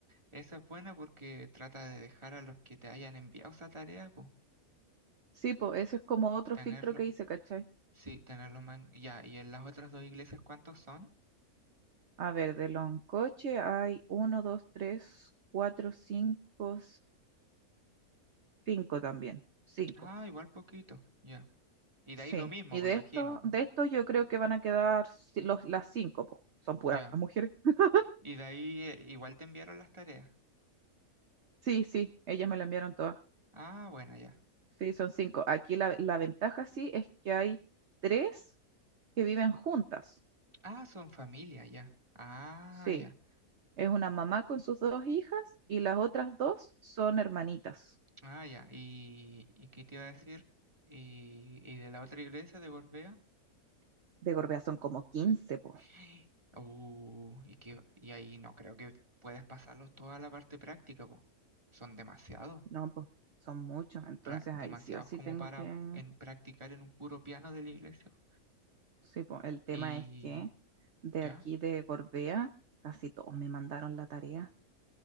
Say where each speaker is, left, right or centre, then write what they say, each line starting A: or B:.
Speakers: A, on the right (about 20°); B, on the right (about 55°).
A: Esa es buena porque trata de dejar a los que te hayan enviado esa tarea, pues,
B: sí, pues eso es como otro
A: tenerlos.
B: filtro que hice, ¿cachai?
A: Sí, tenerlos más. en- Ya, y en las otras dos iglesias, ¿cuántos son?
B: A ver, de Loncoche hay uno, dos, tres, cuatro, cinco, cinco también, cinco.
A: Ah, igual poquito. Ya. Y
B: Sí,
A: de ahí lo mismo,
B: y
A: me
B: de
A: imagino,
B: esto,
A: pues.
B: de esto yo creo que van a quedar ci- los, las cinco, po. Son puras
A: Ya.
B: mujeres. <laughs>
A: Y de ahí eh, igual te enviaron las tareas.
B: Sí, sí, ellas me la enviaron todas.
A: Ah, bueno, ya.
B: Sí, son cinco. Aquí la, la ventaja sí es que hay tres que viven juntas.
A: Ah, son familia, ya. Ah,
B: Sí,
A: ya.
B: es una mamá con sus dos hijas y las otras dos son hermanitas.
A: Ah, ya. ¿Y, y qué te iba a decir? ¿Y, y de la otra iglesia de Gorbea?
B: De Gorbea son como 15 po.
A: <gasps> Uh, y, que, y ahí no creo que puedas pasarlos toda la parte práctica, pues. Son demasiados.
B: No, po, son muchos. Entonces
A: pra- demasiados
B: ahí sí o sí
A: como
B: tengo
A: para
B: que...
A: en, practicar en un puro piano de la iglesia.
B: Sí, po, el tema
A: Y
B: es que de
A: ya.
B: aquí de Gorbea casi todos me mandaron la tarea.